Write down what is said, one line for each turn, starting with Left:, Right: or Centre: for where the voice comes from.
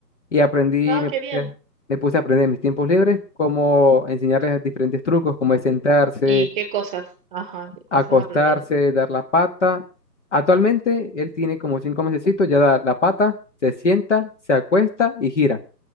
Left: Y aprendí,
Right: Ah,
Left: me
Right: qué
Left: puse,
Right: bien.
Left: me puse a aprender en mis tiempos libres, como enseñarles diferentes trucos, como de sentarse,
Right: ¿Y qué cosas? Ajá, ¿qué cosas
Left: acostarse,
Right: aprendió?
Left: dar la pata. Actualmente, él tiene como cinco mesecitos, ya da la pata, se sienta, se acuesta y gira.